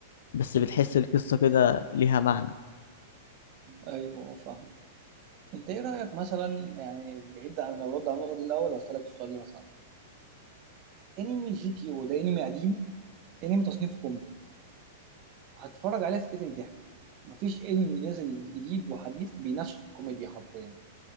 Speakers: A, on the left; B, on the right.
A: بس بتحس القصة كده ليها معنى
B: ايوه فاهم انت ايه رايك مثلا يعني بعيد عن الرد على النقطه دي الاول هسالك السؤال ده مثلا انمي جي تي او ده انمي قديم انمي تصنيفه كوميدي هتفرج عليه تتقتل ضحك مفيش انمي نزل جديد وحديث بينافسوا في الكوميديا حرفيا